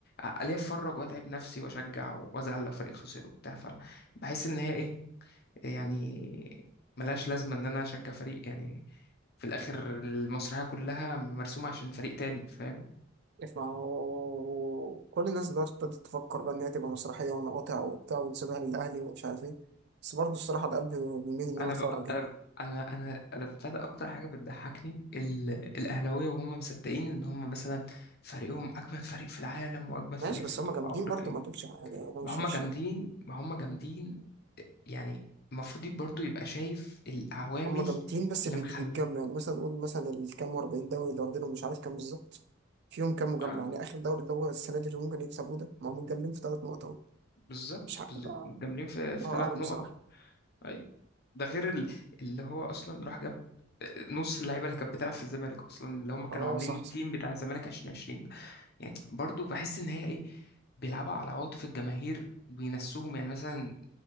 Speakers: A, on the left; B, on the right.
A: أ- ليه اتفرج واتعب نفسي واشجع وازعل لو فريق خسر وبتاع فبحس ان هي ايه يعني ملهاش لازمة ان انا اشجع فريق يعني في الاخر المسرحية كلها مرسومة عشان فريق تاني فاهم
B: ما هو كل الناس دلوقتي ابتدت تفكر بقى ان هي تبقى مسرحيه ونقاطع وبتاع ونسيبها للاهلي ومش عارف ايه بس برضه الصراحه ده قلبي بيميل ان
A: انا
B: انا اتفرج
A: ب...
B: يعني
A: انا ب... انا انا انا ابتدى اكتر حاجه بتضحكني ال... الاهلاويه وهم مصدقين ان هم مثلا فريقهم اجمد فريق في العالم واجمد فريق
B: ماشي بس
A: في, في
B: هم جامدين
A: افريقيا
B: برضه ما تقولش يعني هم
A: ما
B: مش
A: هم
B: وحشين
A: جامدين ما هم جامدين يعني المفروض برضو يبقى شايف العوامل
B: هم جامدين بس
A: اللي
B: بال-
A: مخليه
B: بالجمله يعني مثلا نقول مثلا الكام و40 دوري اللي واخدينهم مش عارف كام بالظبط فيهم كام مجامله
A: اه
B: يعني اخر دوري اللي هو السنه دي اللي ممكن يكسبوه ده ما هم متجاملين في ثلاث نقط اهو
A: بالظبط
B: مش عارف
A: بالظبط
B: بقى
A: متجاملين في في
B: الله
A: ثلاث
B: اعلم
A: نقط
B: بصراحه
A: اي ده غير ال... اللي هو اصلا راح جاب آه، نص اللعيبه اللي كانت بتلعب في الزمالك اصلا اللي هم كانوا
B: اه
A: عاملين
B: صح
A: التيم
B: صح
A: بتاع الزمالك 2020 يعني برضو بحس ان هي ايه بيلعبوا على عواطف الجماهير وينسوهم يعني مثلا